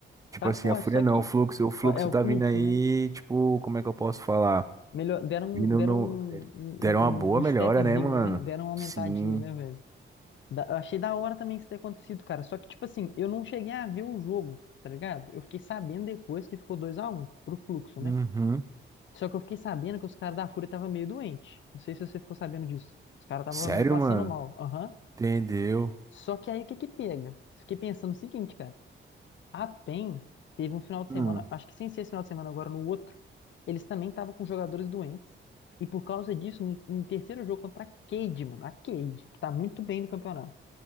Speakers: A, on the right; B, on the left.
A: Tipo
B: Tá
A: assim,
B: forte,
A: a fúria
B: só
A: não,
B: que
A: o fluxo, o fluxo
B: ó, é o
A: tá
B: Fluxo,
A: vindo aí,
B: né?
A: tipo, como é que eu posso falar?
B: Melhor, deram,
A: Vindo
B: um- deram
A: no.
B: um, um,
A: Deram uma boa
B: um- um
A: melhora,
B: stepzinho,
A: né, mano?
B: né? Deram uma aumentadinha,
A: Sim.
B: né, velho? Da- eu achei da hora também isso ter acontecido, cara. Só que, tipo assim, eu não cheguei a ver o jogo, tá ligado? Eu fiquei sabendo depois que ficou dois a um pro Fluxo, né?
A: Uhum.
B: Só que eu fiquei sabendo que os caras da Fúria estavam meio doente. Não sei se você ficou sabendo disso. Os caras estavam
A: Sério,
B: meio passando
A: mano?
B: mal. Aham.
A: Entendeu?
B: Só que aí o que que pega? Fiquei pensando o seguinte, cara. A PEN teve um final de
A: Hum.
B: semana, acho que sem ser esse final de semana, agora no outro, eles também estavam com jogadores doentes. E por causa disso, no, no terceiro jogo contra a Cade, mano, a Cade, que tá muito bem no campeonato,